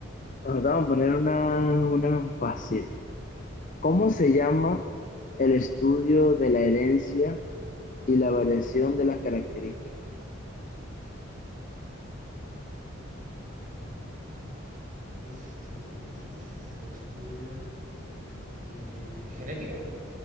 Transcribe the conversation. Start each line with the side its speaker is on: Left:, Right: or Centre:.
Left: Bueno, te vamos a poner una, una fácil. ¿Cómo se llama el estudio de la herencia y la variación de las características?
Right: uf, uf, uf, uf, uf, uf. El estudio. eh, ¿genética?